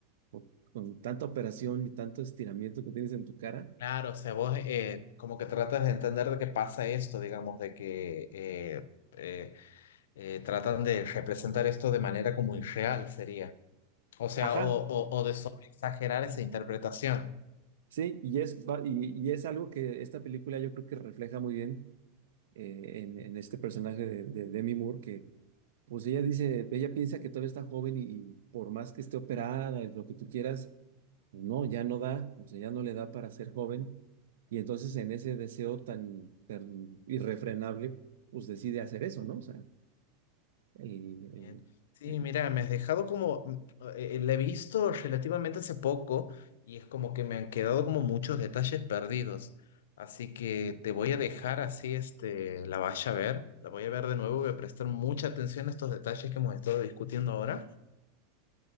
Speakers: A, on the right; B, on the left.
A: Por- con tanta operación y tanto estiramiento que tienes en tu cara.
B: claro, o sea, vos eh, como que tratas de entender de qué pasa esto, digamos, de que... eh, eh, eh, tratan de representar esto de manera como irreal sería. O sea,
A: Ajá,
B: o, o, o de sobreexagerar esa interpretación.
A: sí, y es, va- y, y es algo que esta película yo creo que refleja muy bien eh, en, en este personaje de, de Demi Moore, que pues ella dice, ella piensa que todavía está joven y, y por más que esté operada, y lo que tú quieras, pues, no, ya no da, o sea, ya no le da para ser joven. Y entonces en ese deseo tan, tan irrefrenable, pues decide hacer eso, ¿no? O sea, y, eh,
B: Bien. Sí,
A: eh,
B: mira, me has dejado como, mm, eh, la he visto relativamente hace poco y es como que me han quedado como muchos detalles perdidos. Así que te voy a dejar así, este, la vaya a ver, la voy a ver de nuevo, voy a prestar mucha atención a estos detalles que hemos estado discutiendo ahora.